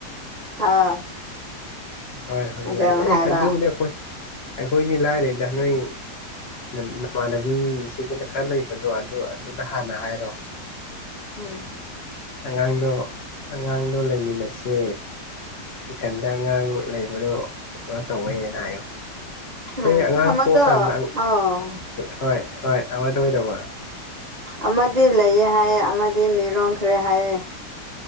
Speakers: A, on the right (about 30°); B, on the left (about 50°).
A: ꯑꯥ
B: ꯍꯣꯏ ꯍꯣꯏ
A: ꯑꯗꯨꯝ
B: ꯌꯥꯏ ꯑꯩ
A: ꯍꯥꯏꯕ
B: ꯑꯗꯨꯕꯨꯗꯤ ꯑꯩꯈꯣꯏ ꯑꯩꯈꯣꯏꯗꯤ ꯂꯥꯏꯔꯦꯗ ꯅꯣꯏ ꯅꯃꯥꯟꯅꯕꯤꯁꯤꯗꯅ ꯈꯔ ꯂꯩꯕꯗꯣ ꯑꯗꯨꯗꯣ ꯑꯗꯨꯗ ꯍꯥꯟꯅ ꯍꯥꯏꯔꯣ
A: ꯎꯝ
B: ꯑꯉꯥꯡꯗꯣ ꯑꯉꯥꯡꯗꯣ ꯂꯩꯃꯤꯟꯅꯁꯦ ꯏꯊꯟꯗ ꯑꯉꯥꯡ ꯂꯩꯕꯗꯣ ꯀꯩꯅꯣ ꯇꯧꯋꯦꯅ ꯍꯥꯏꯌꯨ
A: ꯎꯝ
B: ꯑꯩꯈꯣꯏ ꯑꯉꯥꯡ
A: ꯑꯃꯗꯣ
B: ꯄꯣꯛꯑꯀꯥꯟꯗ
A: ꯑꯧ
B: ꯍꯣꯏ ꯍꯣꯏ ꯑꯃꯗ ꯑꯣꯏꯗꯧꯕ
A: ꯑꯃꯗꯤ ꯂꯩꯌꯦ ꯍꯥꯏ ꯑꯃꯗꯤ ꯃꯤꯔꯣꯜ ꯈꯔꯦ ꯍꯥꯏꯌꯦ